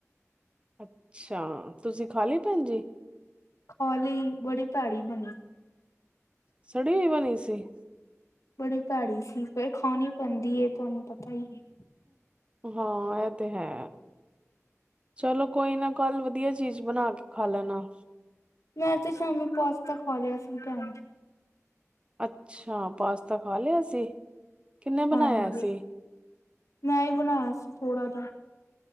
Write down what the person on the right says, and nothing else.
ਅੱਛਾ, ਤੁਸੀਂ ਖਾਲੀ ਭੈਣ ਜੀ?
ਸੜੀ ਹੋਈ ਬਣੀ ਸੀ?
ਹਾਂ ਐਹ ਤੇ ਹੈ ਚਲੋ ਕੋਈ ਨਾ ਕੱਲ ਵਧੀਆ ਚੀਜ਼ ਬਣਾ ਕੇ ਖਾ ਲੈਣਾ
ਅੱਛਾ, ਪਾਸਤਾ ਖਾ ਲਿਆ ਸੀ? ਕਿੰਨੇ
ਬਣਾਇਆ ਸੀ